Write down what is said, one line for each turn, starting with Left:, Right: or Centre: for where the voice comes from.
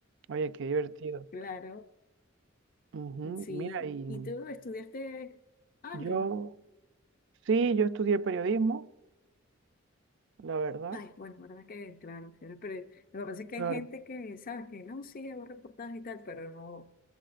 Right: Oye, qué divertido.
Left: Claro,
Right: Ujú.
Left: sí.
Right: Mira, y
Left: ¿Y tú estudiaste algo?
Right: yo, sí, yo estudié periodismo, la verdad.
Left: Ay, bueno, verdad que, claro, pero pero lo que pasa es que
Right: Claro.
Left: hay gente que, ¿sabes? Que no, sí, hago reportajes y tal, pero no,